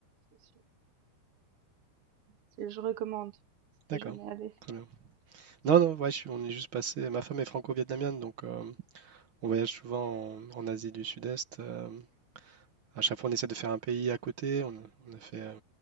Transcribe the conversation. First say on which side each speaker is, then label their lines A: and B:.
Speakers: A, on the right; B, on the right.
A: C'est sûr. C'est- je recommande si
B: D'accord.
A: t'es jamais allé.
B: Très bien. Non, non, ouais, je suis- on est juste passé. Ma femme est franco-vietnamienne, donc euh, on voyage souvent en, en Asie du Sud-Est. euh, à chaque fois, on essaie de faire un pays à côté. On, a on a fait euh,